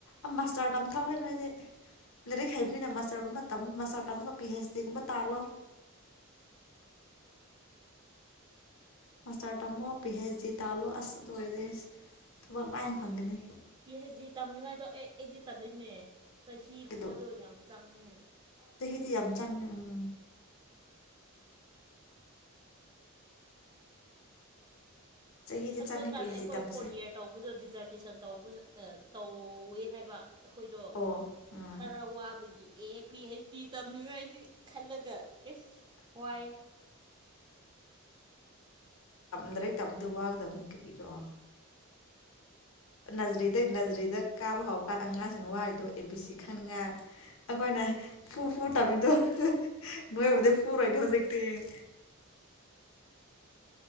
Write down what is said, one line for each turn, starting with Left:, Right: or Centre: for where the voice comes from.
Left: ꯑ ꯃꯥꯁꯇꯔ ꯇꯝ ꯊꯥꯎꯋꯦ ꯅꯣꯣꯏꯗꯤ ꯂꯥꯏꯔꯤꯛ ꯍꯩꯕꯅꯤꯅ ꯃꯥꯁꯇꯔꯒꯨꯝꯕ ꯃꯁꯇ ꯑꯃ ꯀꯞꯄꯤ ꯍ ꯀꯝꯕ ꯇꯥꯂꯣ ꯃꯥꯁꯇꯔ ꯇꯝꯃꯣ ꯄꯤ ꯍꯩꯆ ꯗꯤ ꯇꯥꯜꯂꯣ ꯑꯁ ꯂ ꯑꯣꯏꯔꯗꯤ ꯊꯕꯛ ꯂꯥꯏꯅ ꯐꯪꯒꯅꯤ
Right: ꯄꯤ ꯍꯥꯏꯩꯖꯤ ꯇꯝꯅꯤꯡꯉꯥꯏꯗꯣ ꯑꯦ ꯑꯩꯗꯤ ꯇꯜꯂꯤꯅꯦ ꯆꯍꯤꯒꯨꯝꯕꯗꯣ
Left: ꯑꯗꯣ
Right: ꯌꯥꯝ ꯆꯪꯉꯦ
Left: ꯗꯤ ꯌꯥꯝ ꯆꯪꯉꯦ ꯎꯝ ꯆꯍꯤꯗꯤ
Right: ꯍꯟꯛꯀꯥꯟꯗ
Left: ꯆꯪꯉꯦ ꯄꯤ ꯍꯩꯆ
Right: ꯑꯩꯈꯣꯏ
Left: ꯗꯤ ꯇꯝꯕꯁꯦ
Right: ꯐꯣꯔ ꯌꯔ ꯇꯧꯕꯗ ꯗꯤꯖꯥꯔꯇꯦꯁꯟ ꯇꯧꯕ ꯇꯧꯋꯦ ꯍꯥꯏꯕ ꯑꯩꯈꯣꯏꯗꯣ
Left: ꯑꯣ ꯎꯝ
Right: ꯈꯔ ꯋꯥꯕꯒꯤ ꯑꯦ ꯄꯤ ꯍꯩꯆ ꯗꯤ ꯇꯝꯅꯤꯡꯉꯥꯏꯗꯤ ꯈꯜꯂꯒ ꯑꯦꯁ ꯋꯥꯏꯑꯦ
Left: ꯂꯔꯤꯛ ꯇꯝꯗ ꯋꯥꯒꯗꯕꯅꯤ ꯀꯔꯤꯔꯣ ꯅꯖꯔꯤꯗꯩ ꯅꯖꯔꯤꯗ ꯀꯥꯕ ꯍꯧꯔꯀꯥꯟꯗ ꯑꯉꯥꯡꯁꯤꯡꯅ ꯋꯥꯈꯤꯗꯣ ꯕꯤ ꯁꯤ ꯈꯪ ꯉ ꯑꯩꯈꯣꯏꯅ ꯄꯨ ꯐꯨ ꯇꯃꯤꯇꯣ ꯅꯣꯏꯕꯗꯤ ꯄꯨꯔꯗ ꯍꯧꯖꯤꯛꯇꯛꯇ